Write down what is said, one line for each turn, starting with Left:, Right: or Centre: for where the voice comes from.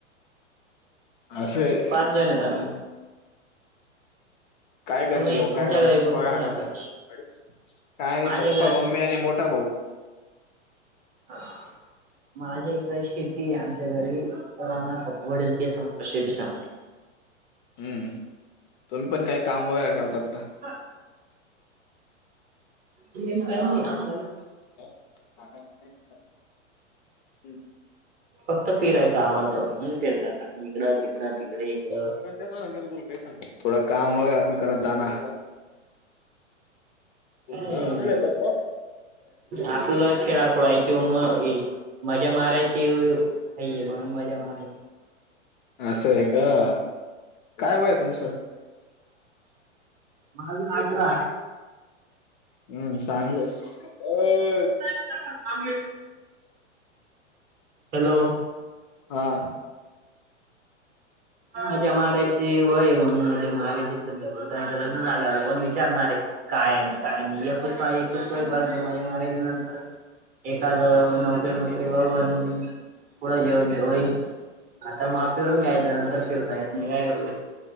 Left: आस हाय.
Right: पाच जण आहेत आम्ही.
Left: काय घरचे
Right: तुम्ही
Left: लोक
Right: तुमच्या
Left: काय काम
Right: घरी कोण
Left: वगैरे
Right: कोण राहता?
Left: करत? काय
Right: माझे
Left: पप्पा मम्मी आणि मोठा हो.
Right: हा. माझ्या इकडे शेती आमच्या घरी, तर आम्हा वडील तेच संभाळता शेती संभाळतात.
Left: हम्म तुम्ही पण काही काम वगैरे करतात का?
Right: हा. नियम काही नाही तुम्हाला.
Left: हम्.
Right: फक्त फिरायचं आवडतं, म्हणून फिरतात आणि इकडं तिकडं तिकडे. इकडं
Left: थोडं काम वगैरे पण करत जा ना. घरास
Right: काय
Left: नाही जातात का?
Right: आपला खेळा खुळयची उमर हे. मजा मारायची वेळ आहे ये मग मजा मारायची.
Left: असं आहे का? काय वय आहे तुमचं? हम्म
Right: माझ अठरा.
Left: हम्म चांगलं हे.
Right: <unintelligible> हॅलो!
Left: हा.
Right: मजा माराची वय म्हणून, मजा माराची सध्या कारण की लग्न झाल्यावर कोण विचारणार आहे. काय हे काय नाही, ऐकवीस वय ऐकवीस वय पर्यंत मजा मारायची नंतर. एखाद नोकरी <unintelligible> तेब अव पुढं जे होईल, ते होईन आता माफ फिरून घ्यायचं. फिरताय येत नाही काय करू?